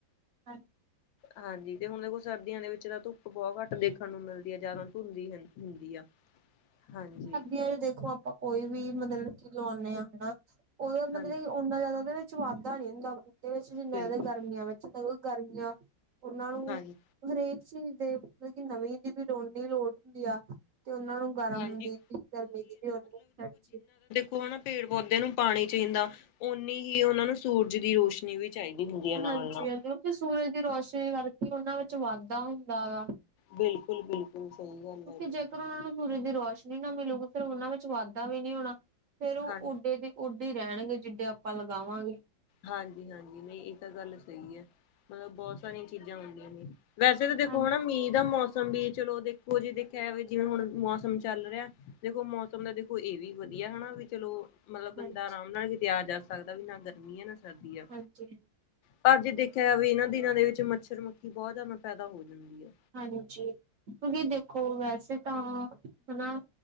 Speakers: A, on the right (about 55°); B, on the left (about 85°).
A: <unintelligible>
B: ਹਾਂਜੀ, ਤੇ ਹੁਣ ਦੇਖੋ ਸਰਦੀਆਂ ਦੇ ਵਿੱਚ ਤਾਂ ਧੁੱਪ ਬਹੁਤ ਘੱਟ ਦੇਖਣ ਨੂੰ ਮਿਲਦੀ ਐ, ਜਾਦਾ ਧੁੰਦ ਈ ਹੁੰਦੀ ਹੁੰਦੀ ਆ, ਹਾਂਜੀ।
A: ਫਿਰ ਦੇਖੋ ਆਪਾਂ ਕੋਈ ਵੀ ਮਤਲਬ ਕਿ ਲੌਨੇ ਆਂ ਆਪਾਂ, ਉਹਦਾ ਮਤਲਬ
B: ਹਾਂਜੀ
A: ਉਨਾ ਜ਼ਿਆਦਾ ਉਹਦੇ ਵਿੱਚ ਵਾਧਾ ਨੀ ਹੁੰਦਾ ਬੂਟੇ ਵਿੱਚ, ਜਿੰਨਾ
B: ਬਿਲਕੁਲ
A: ਜਿਆਦਾ ਗਰਮੀਆਂ ਵਿੱਚ ਹੁੰਦਾ, ਕਿਉਂਕਿ ਗਰਮੀਆਂ ਉਹਨਾਂ ਨੂੰ
B: ਹਾਂਜੀ
A: ਹਰੇਕ ਚੀਜ਼ ਦੇ, ਮਤਲਬ ਕਿ ਨਮੀ ਦੀ ਵੀ ਲੋੜ ਹੁੰਦੀ ਆ। ਤੇ ਉਹਨਾਂ ਨੂੰ ਗਰਮੀ
B: ਹਾਂਜੀ।
A: ਦੀ ਵੀ ਗਰਮੀ ਦੀ ਵੀ ਉਹਨਾਂ ਨੂੰ ਲੋੜ ਪੈਣੀ ਚਾਹੀਦੀ।
B: ਹੁਣ ਪੇੜ ਪੌਦਿਆਂ ਨੂੰ ਪਾਣੀ ਚਾਹੀਦਾ, ਓਨੀ ਹੀ ਉਹਨਾਂ ਨੂੰ ਸੂਰਜ ਦੀ ਰੋਸ਼ਨੀ ਨਿਵੇ ਚਾਹੀਦੇ ਹੁੰਦੇ ਆ,
A: ਹਾਂਜੀ
B: ਨਾਲ-ਨਾਲ
A: ਹਾਂਜੀ ਕਿਉਂਕਿ ਸੂਰਜ ਦੀ ਰੋਸ਼ਨੀ ਕਰਕੇ, ਉਹਨਾਂ ਵਿੱਚ ਵਾਧਾ ਹੁੰਦਾ ਵਾ।
B: ਬਿਲਕੁਲ-ਬਿਲਕੁਲ, ਸਹੀ ਗੱਲ
A: ਕਿਉਂਕਿ
B: ਹੈ ਜੀ।
A: ਜੇਕਰ ਉਹਨਾਂ ਨੂੰ ਸੂਰਜ ਦੀ ਰੋਸ਼ਨੀ ਨਾ ਮਿਲੇਗੀ, ਫਿਰ ਉਹਨਾਂ ਵਿੱਚ ਵਾਧਾ ਵੀ ਨਹੀਂ ਹੋਣਾ, ਫੇਰ ਉਹ
B: ਹਾਂ
A: ਓਡੇ ਦੀ ਉਡੇ ਹੀ ਰਹਿਣਗੇ, ਜਿੱਡੇ ਆਪਾਂ ਲਗਾਵਾਂਗੇ।
B: ਹਾਂਜੀ ਹਾਂਜੀ, ਨਹੀਂ ਇਹ ਤਾਂ ਗੱਲ ਸਹੀ ਹੈ, ਮਤਲਬ ਬਹੁਤ ਸਾਰੀਆਂ ਚੀਜ਼ਾਂ ਹੁੰਦੀਆਂ ਨੇ ਵੈਸੇ ਵੀ ਦੇਖੋ,
A: ਹਾਂ
B: ਹੁਣ ਮੀਂਹ ਦਾ ਮੌਸਮ ਮੌਸਮ ਵੀ ਚਲੋ ਦੇਖੋ ਜੀ ਦੇਖਿਆ, ਜਿਵੇਂ-ਹੁਣ ਮੌਸਮ ਚੱਲ ਰਿਹਾ, ਦੇਖੋ ਮੌਸਮ ਦਾ ਦੇੋਖ ਇਹ ਵੀ ਵਧੀਆ ਹੈਨਾ, ਵੀ ਚਲੋ ਮਤਲਬ ਬੰਦਾ
A: ਹਾਂਜੀ
B: ਆਰਾਮ ਨਾਲ ਕਿਤੇ ਆ ਜਾ ਸਕਦਾ, ਵੀ ਨਾ ਗਰਮੀ ਆ, ਨਾ ਸਰਦੀ ਆ।
A: ਹਾਂਜੀ
B: ਪਰ ਜੇ ਦੇਖਿਆ ਜਾਵੇ, ਤੇ ਇਹਨਾਂ ਦਿਨਾਂ ਦੇ ਵਿੱਚ ਮੱਛਰੀ-ਮੱਖੀ ਬਹੁਤ ਜਿਆਦਾ ਪੈਦਾ ਹੋ ਜਾਂਦੀ ਐ।
A: ਹਾਂਜੀ, ਨੀ ਦੇਖੋ ਵੈਸੇ ਤਾਂ, ਹੈਨਾ।